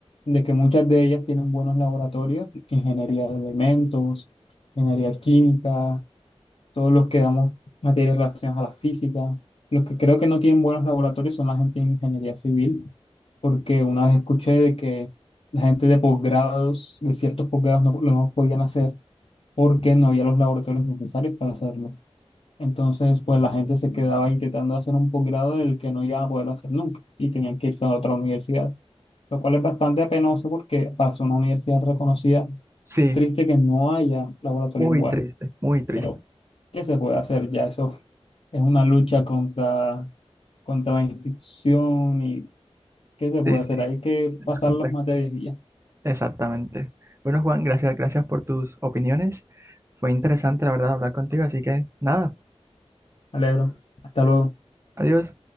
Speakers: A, on the left (about 60°); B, on the right (about 25°).
A: de que muchas de ellas tienen buenos laboratorios, ingeniería de elementos, ingeniería química, todos los que damos materias relacionadas a la física. Los que creo que no tienen buenos laboratorios son la gente de ingeniería civil, porque una vez escuché de que la gente de posgrados, de ciertos posgrados, no, no podían hacer porque no había los laboratorios necesarios para hacerlo. Entonces, pues la gente se quedaba intentando hacer un posgrado del que no iban a poder hacer nunca y tenían que irse a otra universidad, lo cual es bastante penoso porque para ser una universidad reconocida
B: Sí,
A: es triste que no haya laboratorios
B: muy
A: buenos,
B: triste, muy triste.
A: pero ¿qué se puede hacer? Ya eso es una lucha contra, contra la institución y ¿qué se puede
B: Sí, sí,
A: hacer? Hay que pasar
B: es complejo.
A: las materias y ya. Me
B: Exactamente. Bueno, Juan, gracias, gracias por tus opiniones. Fue interesante, la verdad, hablar contigo, así que nada,
A: Alegro. Hasta luego.
B: adiós.